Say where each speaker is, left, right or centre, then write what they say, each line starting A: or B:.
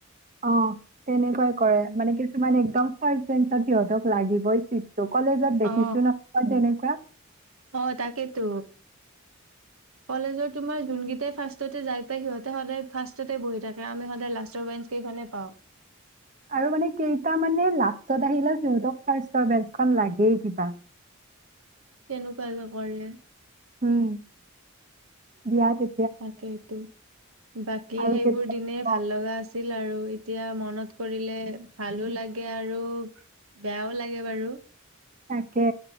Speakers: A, on the right; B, on the right.
A: অ তেনেকোৱাই কৰে
B: উম।
A: মানে কিছুমান একদম ফাৰ্ষ্ট বেঞ্চত সিহঁতক লাগিবই চিত ত কলেজত দেখিছো
B: অ
A: নহয় তেনেকোৱা
B: অ তাকেইেতো কলেজৰ তোমাৰ যোনকেইটাই ফাৰ্ষ্টতে যাই পাই সিহঁতে সদায় ফাষ্টতে বহি থাকে আমি সদায় লাষ্টৰ বেঞ্চ কেইখনহে পাওঁ
A: আৰু মানে কেইটা মানে লাষ্টত আহিলে সিহঁতক ফাৰ্ষ্টৰ বেঞ্চখন লাগেই কিবা
B: কেনেকোৱা যে কৰে
A: উম বিয়াত এ
B: তাকেইটো বাকী
A: আৰু
B: সেইবোৰ
A: কেতিয়া
B: দিনে ভাল
A: অ,
B: লগা আছে আছিল আৰু এতিয়া মনত কৰিলে ভালো লাগে আৰু বেয়াও লাগে বাৰু
A: তাকে